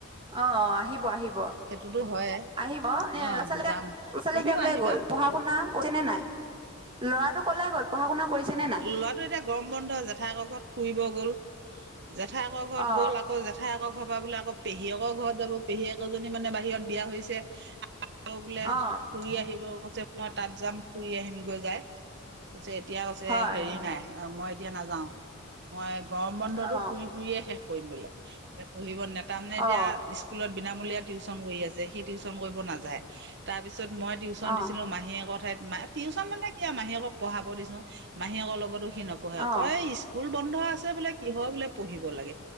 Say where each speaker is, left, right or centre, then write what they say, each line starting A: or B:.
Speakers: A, on the right; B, on the right.
A: অ', অ', আহিব আহিব।
B: সেইটোতো হয়ে
A: আহিব এ
B: অ',
A: <unintelligible>
B: যাম তুমিও আহিবা
A: গ'ল পঢ়া শুনা <unintelligible> নাই, ল'ৰাটো কলাই গ'ল পঢ়া শুনা কৰিছে নে নাই?
B: লোৱাটো এতিয়া গৰম বন্ধ জেঠাকৰ ঘৰত ফুৰিব গ'ল জেঠা ক ঘৰত
A: অ
B: গ'ল আকৌ জেঠ ঠাই আকৌ ঘৰ পা বোলে আকৌ পেহীয়েকৰ ঘৰত যাব পেহীয়েক এজনী মানে বাহিৰত বিয়া হৈছে। বোলে
A: অ
B: ফুৰি আহিব কৈছে মই তাত যাম ফুৰি আহিম গৈ যাই। এতিয়া কৈছে
A: হয়
B: হেৰি
A: হয়
B: নাই মই এতিয়া নাযাও। মই গৰম বন্ধতো
A: অ
B: ফুৰি ফুৰিয়ে শেষ কৰিম বোলে এ পঢ়িব ন তাৰমানে
A: অ
B: এতিয়া স্কুলত বিনামূলীয়া টিউচন কৰি আছে সেই টিউশচন কৰিব নাযায়। তাৰ পিছত মই টিউচন
A: অ
B: দিছিলো মাহীয়ে একৰ ঠাইত ম টিউশচন মানে এয়া মাহীয়েক পঢ়াব দিছো মাহীয়েকৰ লগতো সি নপঢ়ে
A: অ
B: কয় স্কুল বন্ধ আছে বোলে কিহৰ বোলে পঢ়িব লাগে